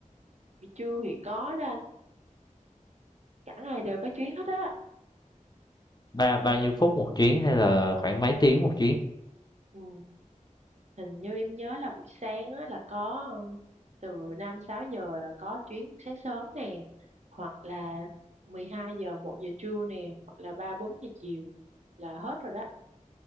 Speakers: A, on the right (about 55°); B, on the left (about 30°).
A: buổi trưa thì có đó anh cả ngày đều có chuyến hết á
B: ba bao nhiêu phút một chuyến hay là khoảng mấy tiếng một chuyến
A: ừ. hình như em nhớ là buổi sáng á, là có ờ, từ 5 6 giờ là có chuyến sáng sớm nè hoặc là 12 giờ một giờ trưa nè hoặc là 3 4 giờ chiều là hết rồi đó